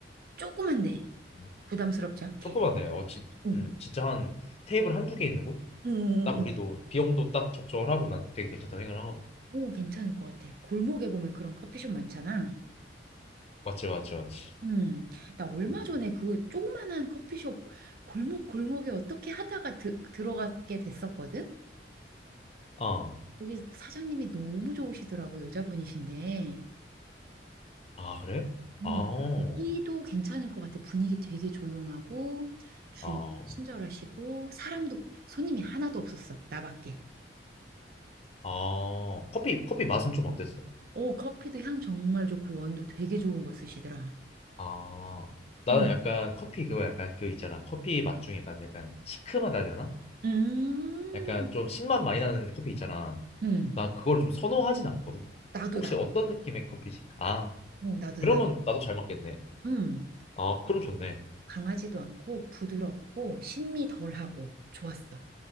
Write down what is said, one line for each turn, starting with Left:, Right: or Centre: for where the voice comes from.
Right: 조그만데
Left: 음,
Right: 부담스럽지 않게.
Left: 조그만데 어, 진,
Right: 응.
Left: 음, 진짜 한 테이블 한 두 개 있는 곳?
Right: 응, 응, 응.
Left: 딱
Right: 응.
Left: 우리도 비용도 딱 적절하고 난 되게 괜찮다 생각을 하거든.
Right: 오, 괜찮을 것 같아. 골목에 보면 그런 커피숍 많잖아.
Left: 맞지 맞지 맞지.
Right: 음. 나 얼마
Left: 음.
Right: 전에 그 조그만한 커피숍 골목 골목에 어떻게 하다가 드, 들어가게 됐었거든.
Left: 어.
Right: 거기 사장님이 너무 좋으시더라고, 여자분이신데.
Left: 아 그래?
Right: 어,
Left: 아,
Right: 거기도 괜찮을 것 같아. 분위기 되게 조용하고, 주인
Left: 아
Right: 친절하시고, 사람도, 손님이 하나도 없었어. 나밖에.
Left: 아, 어. 커피 커피 맛은 좀 어땠어?
Right: 오, 커피도 향 정말 좋고, 원두 되게 좋은 거 쓰시더라.
Left: 아, 나는
Right: 응,
Left: 약간 커피 그거 약간 그 있잖아 커피 맛 중에 약간 약간 시큼하다 해야 되나?
Right: 음,
Left: 약간 좀 신맛 많이 나는 커피 있잖아.
Right: 음.
Left: 나 그걸 좀 선호하진 않거든.
Right: 나도,
Left: 혹시
Right: 나도.
Left: 어떤 느낌의 커피지? 아,
Right: 어, 나도,
Left: 그러면
Right: 나도.
Left: 나도 잘 맞겠네.
Right: 음,
Left: 아, 그럼 좋네.
Right: 강하지도 않고, 부드럽고, 신미 덜하고, 좋았어.